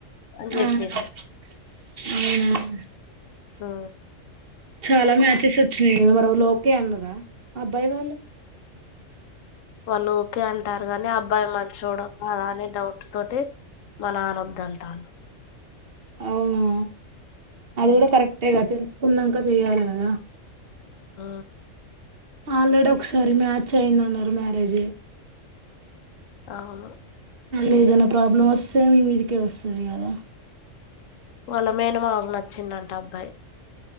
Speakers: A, on the left; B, on the right.
A: అని
B: ఆ
A: చెప్పింది
B: అవునా
A: ఆ
B: చాలా మ్యాచెస్ మరి వాళ్ళు ఓకే అన్నరా అబ్బాయి వాళ్ళు
A: వాళ్ళు ఓకే అంటారు కానీ అబ్బాయి మంచోడా కాదా అని డౌట్ తోటి మా నాన్న వద్దు అంటాండు
B: అవునా అది
A: ఉమ్
B: కూడా కరెక్టేగా తెలుసుకున్నా ఇక్క <unintelligible> చెయ్యాలి కదా
A: ఆ
B: ఆల్రెడీ ఒకసారి మ్యాచ్ అయిమ్దన్నారు మ్యారేజ్
A: అవును
B: అ ఏదైనా ప్రాబ్లం వస్తే మీ మీదికే వస్తది కదా
A: వాళ్ళ మేన మాగు నచ్చిందంట అబ్బాయి